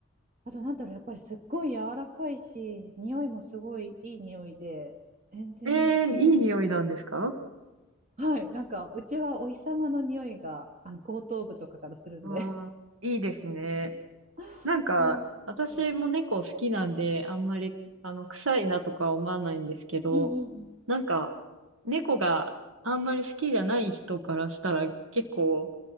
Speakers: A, on the right (about 40°); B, on the right (about 85°).
A: あとなんだろうやっぱりすっごい柔らかいし匂いもすごいいい匂いで全然犬
B: ええいい匂いなんですか
A: はい、なんかうちはお日様の匂いがあの後頭部とかからするんで。
B: わあ、いいですね。
A: <laughs>
B: なんか、
A: そうなんですよ。
B: 私も猫好きなんで、あんまり、あの、臭いなとか思わないんですけど、
A: うんうんうん。
B: なんか、猫があんまり好きじゃない人からしたら、結構、